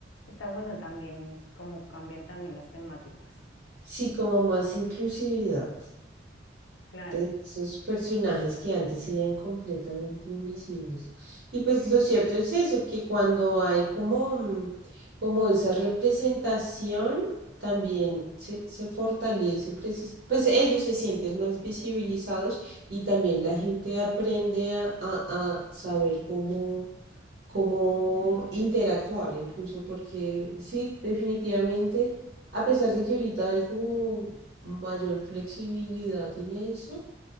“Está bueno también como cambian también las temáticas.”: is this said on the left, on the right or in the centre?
Left